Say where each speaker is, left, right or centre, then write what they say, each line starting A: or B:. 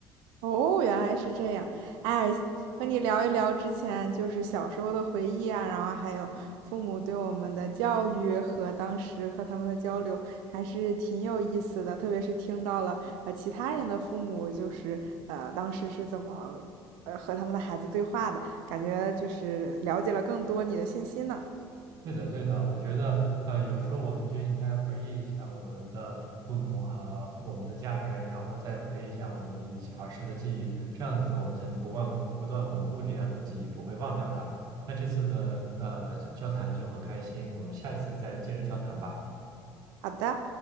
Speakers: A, on the right; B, on the right.
A: 哦，原来是这样。哎，和你聊一聊之前就是小时候的回忆啊，然后还有父母对我们的教育和当时和他们的交流，还是挺有意思的。特别是听到了呃其他人的父母就是呃当时是怎么呃和他们的孩子对话的，感觉就是了解了更多你的信息呢。
B: 对的，对的，我觉得，呃，有时候我们就应该回忆一下我们的父母和我们的家人，然后再回忆一下我们以前儿时的记忆，这样子我们才能不忘不断巩固这样的记忆，不会忘掉它。那这次的呃交谈就很开心，我们下一次再接着交谈吧。
A: 好的。